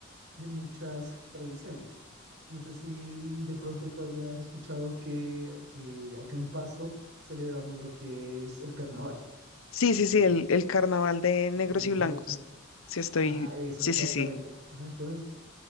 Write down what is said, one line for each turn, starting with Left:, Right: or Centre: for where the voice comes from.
Right: de muchas tradiciones. No sé si de pronto tú hayas escuchado que, que acá en Pasto celebramos lo que es el carnaval
Left: Sí,
Right: en
Left: sí,
Right: enero.
Left: sí, el, el carnaval de
Right: Cumpleaños,
Left: negros y blancos.
Right: Ajá, exac-
Left: Sí, estoy.
Right: ajá, eso,
Left: Sí,
Right: exactamente.
Left: sí, sí.
Right: Ajá, entonces,